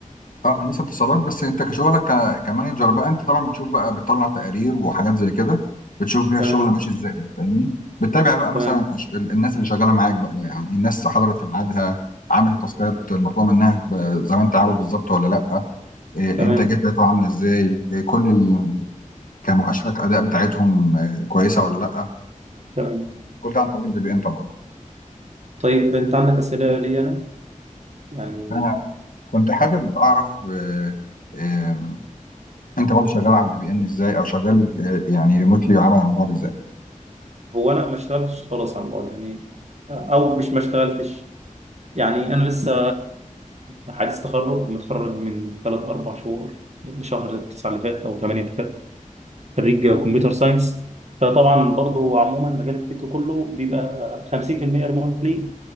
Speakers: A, on the left (about 75°); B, on the right (about 55°).
A: اه هندسه اتصالات بس انت كشغلك ك- كمانجر بقى انت طبعا بتشوف بقى بتطلع تقارير وحاجات زي كده بتشوف بيها الشغل
B: تمام
A: ماشي ازاي فاهمني بتتابع بقى مثلا
B: تمام
A: الش- ال- الناس اللي شغاله معاك بقى يعني الناس حضرت في ميعادها عملت التاسكات المطلوبه منها ب- زي ما انت عاوز بالظبط ولا لا إيه، الانتاجيه
B: تمام
A: بتاعتهم عامله ازاي إيه، كل ال- كمؤشرات اداء بتاعتهم آه، كويسه ولا لا
B: تمام
A: كل ده عن طريق الفي بي ان طبعا
B: طيب انت عندك اسئله لي انا يعني
A: انا كنت حابب اعرف آه، آه، انت برضه شغال على الفي بي ان ازاي او شغال آه، يعني ريموتلي وعمل عن بعد ازاي
B: هو انا ما اشتغلتش خالص على الموضوع يعني او مش ما اشتغلتش يعني انا لسه حديث تخرج متخرج من 3 4 شهور شهر 9 اللي فات او 8 اللي فات خريج كمبيوتر ساينس فطبعا برضو عموما مجال التك كله بيبقى 50% ريموتلي